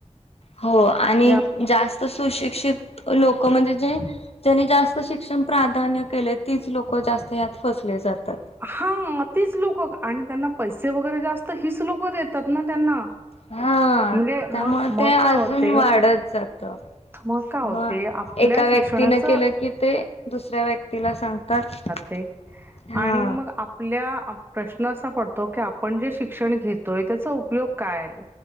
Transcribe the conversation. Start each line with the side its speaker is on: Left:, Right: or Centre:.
Left: हो आणि
Right: म्हणजे आप
Left: जास्त सुशिक्षित लोक म्हणजे जे ज्यांनी जास्त शिक्षण प्राधान्य केले तीच लोक जास्त ह्यात फसले जातात.
Right: हा तीच लोकं आणि त्यांना पैसे वगैरे जास्त हीच लोकं देतात ना त्यांना
Left: हा
Right: म्हणजे
Left: त्यामुळे
Right: मग मग
Left: ते अजून
Right: काय होते
Left: वाढत जात.
Right: मग काय होते
Left: म
Right: आपल्या
Left: एका व्यक्तीनं
Right: शिक्षणाच
Left: केलं की ते दुसऱ्या व्यक्तीला सांगतात.
Right: ते
Left: हा
Right: आणि मग आप आपल्या प्रश्न असा पडतो की आपण जे शिक्षण घेतोय त्याचा उपयोग काय?